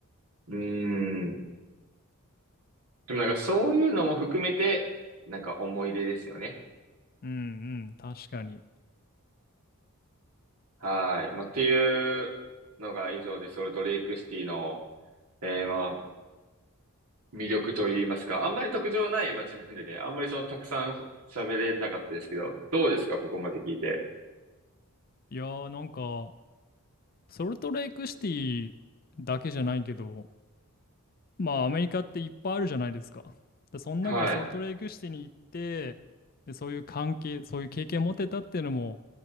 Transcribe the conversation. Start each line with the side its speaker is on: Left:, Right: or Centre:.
Right: うーん。でもなんかそういうのも含めて、なんか思い出ですよね。
Left: うんうん、確かに。
Right: はい。まあ、っていうのが以上で、ソルトレイクシティの、えーまあ、魅力といいますか、あんまり特徴ない街なんでね、あんまりそのたくさん喋れなかったですけど、どうですか、ここまで聞いて。
Left: いやーなんか、ソルトレイクシティだけじゃないけど、まあアメリカっていっぱいあるじゃないですか。で、その中でソルトレイクシティに行って、
Right: はい。
Left: で、そういう関係、そういう経験を持てたっていうのも、